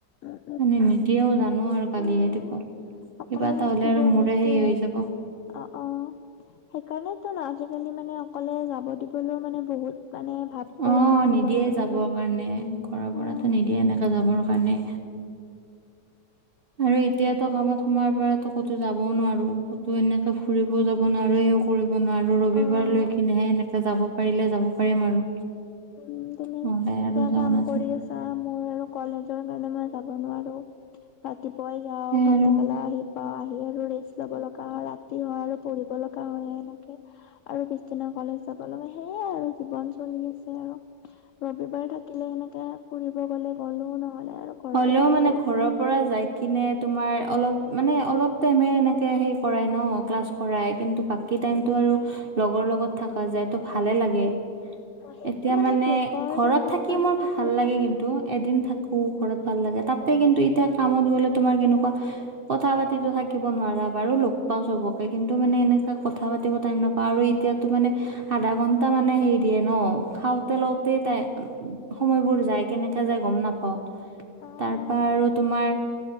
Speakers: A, on the left; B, on the right.
A: উম,
B: মানে নিদিয়েও জানোঁ আৰু গালিহে
A: উম,
B: দিব।
A: অকলে
B: কিবা এটা
A: থাকিব
B: হ'লে আৰু মোৰে
A: নিদিয়ে
B: সেই‌ <unintelligible> যাব।
A: অ', অ', সেইকাৰণেতো ন' আজিকালি মানে অকলে যাব দিবলৈও মানে বহুত মানে ভাবিব
B: অ',
A: লগা হয়
B: নিদিয়ে
A: ঘৰৰ
B: যাবৰ
A: মানুহ।
B: কাৰণে, ঘৰৰ
A: অ',
B: পৰাতো নিদিয়ে এনেকে যাবৰ কাৰণে। আৰু এতিয়াতো কামত সোমোৱাৰ পৰাতো ক'তো যাবওঁ নোৱাৰোঁ, ক'তো এনেকে ফুৰিবও যাব নোৱাৰোঁ এয়ো কৰিব নোৱাৰোঁ ৰবিবাৰ
A: অ'।
B: লৈ কিনেহে এনেকে যাব পাৰিলে যাব পাৰিম আৰু।
A: উম, তুমি
B: নহ'লে
A: এতিয়া
B: আৰু যাব
A: কাম
B: নাযায়
A: কৰি আছ বা মোৰ আৰু কলেজৰ কাৰণে মই যাব নোৱাৰোঁ। ৰাতিপুৱাই যাওঁ,
B: সেই
A: ভাটি
B: আৰু
A: বেলা আহি পা আহি আৰু ৰেষ্ট ল'ব লগা হয়, ৰাতি হয়, আৰু পঢ়িব লগা হয়, এনেকে। আৰু পিছদিনা কলেজ যাব লাগে সেয়াই আৰু জীৱন চলি আছ হে আৰু ৰবিবাৰ থাকিলে সেনেকে ফুৰিব গ'লে গ'লো নহ'লে আৰু ঘৰতে
B: হ'লেও
A: থাকিলো।
B: মানে ঘৰৰ পৰা যায় কিনে তোমাৰ অলপ মানে অলপ টাইমে এনেকে সে কৰাই ন' ক্লাছ। কৰাই কিন্তু বাকী টাইমটো আৰু লগৰ লগত থাকা যায়তো ভালে লাগে।
A: সেইটো
B: এতিয়া মানে
A: ব্ৰেকৰ
B: ঘৰত
A: টাইমত
B: থাকি
A: বাৰু
B: মোৰ
A: থাকো
B: ভাল
A: চাই
B: লাগে কিন এদিন থাকোঁ ঘৰত ভাল লাগে, তাতে কিন্তু এতিয়া কামত গ'লে তোমাৰ কেনেকুৱা কথা পাতিতো থাকিব নোৱাৰা, বাৰু লগ পাওঁ চবকে কিন্তু মানে এনেকে কথা পাতিব টাইম না পা আৰু এতিয়াতো মানে আধা ঘন্টা মানে হেৰি দিয়ে ন' খাওঁতে, লওঁতে টাই উ সময়বোৰ যায় কেনে কে যায় গম নাপাওঁ
A: অ',
B: তাৰ পৰা আৰু তোমাৰ